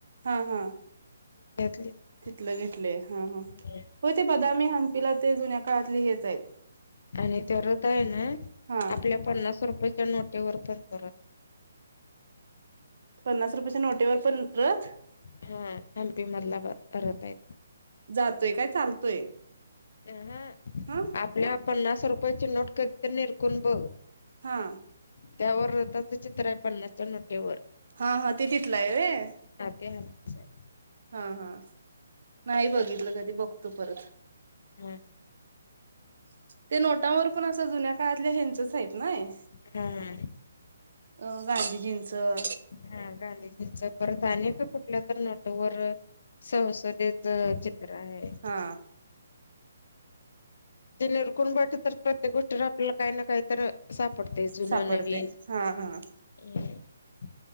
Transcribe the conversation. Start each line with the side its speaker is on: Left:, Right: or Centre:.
Right: हा हा.
Left: त्यातलीच आहे
Right: तिथल घेतलेय हा हा
Left: ती.
Right: होयं ते बदामी हंपीला ते जुन्या काळातली हेच आहेतं.
Left: आणि ते रथ आहे ना
Right: हा
Left: आपल्या पन्नास रुपये - नोटेवर पण तो रथ.
Right: पन्नास रुपयेच्या नोटेवर पण रथ!
Left: हा हंपी मधला रथ आहे.
Right: जातोय काय चालतोय.
Left: अहं
Right: हा
Left: आपल्या पन्नास रुपयाची नोट कधीतरी निरकून बघ.
Right: हा.
Left: त्यावर त्याचं चित्र आहे पन्नासच्या नोट्यावर.
Right: हा हा ते तिथलं आहे व्हयं.
Left: ते हम्पीच आहे.
Right: हा हा नाही बघितल कधी बघतो परत..
Left: हम.
Right: ते नोटांवर पण असं जुन्या काळातल्या हेंचच आहेतं. नाही.
Left: हा
Right: अ गांधीजींचं.
Left: हा गांधीजींच परत आणि एका कुठल्या तर नोट वर. संसदे च चित्र. आहे.
Right: हा.
Left: ते निरकून बघितल तर प्रत्येक गोष्टी वर आपल्याला काही ना काही तर सा- पडते जुनं
Right: सापडते
Left: नवीन.
Right: हा हा
Left: <inaudible>